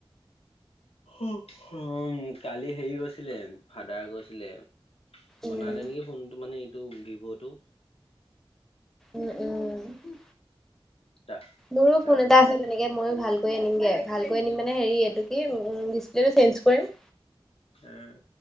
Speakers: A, on the left; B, in the centre.
A: উ উম কালি হেৰি গৈছিলে ফাদাৰ গৈছিলে
B: উম
A: বনালে নেকি, ফোনটো মানে এইটো ভিভ'টো
B: উ, উম,
A: তা
B: মোৰো
A: তাৰপিছত
B: ফোন এটা আছে কেনেকে মইো ভাল ভালকৈ আনিমগে ভালকৈ আনিম মানে হেৰি এইটো কি ডিচপ্লেটো চেঞ্জ কৰিম।
A: উম।